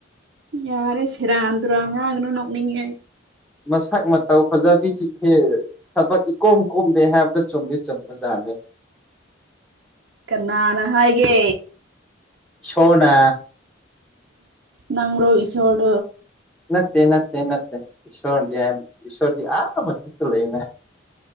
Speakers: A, on the right; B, in the centre.
A: ꯌꯥꯔꯦ ꯁꯦꯔꯥꯗꯔꯉꯥꯡꯅꯣ ꯅꯣꯛꯅꯤꯡꯉꯦ
B: ꯃꯁꯛ ꯃꯇꯧ ꯐꯖꯕꯤꯁꯤꯡꯁꯦ ꯊꯕꯛ ꯏꯀꯣꯝ ꯀꯣꯝꯅꯦ ꯍꯥꯏꯕꯗ ꯆꯨꯝꯗꯤ ꯆꯨꯝꯕ ꯖꯥꯠꯅꯤ
A: ꯀꯅꯥꯅ ꯍꯥꯏꯒꯦ
B: ꯁꯣꯅ
A: ꯅꯪ ꯏ ꯁꯣꯠ
B: ꯅꯠꯇꯦ ꯅꯠꯇꯦ ꯅꯠꯇꯦ ꯏꯁꯣꯔꯗꯤ ꯍꯥꯏꯣꯔꯗꯤ ꯑꯥ ꯃꯊꯛꯇ ꯂꯩꯅꯦ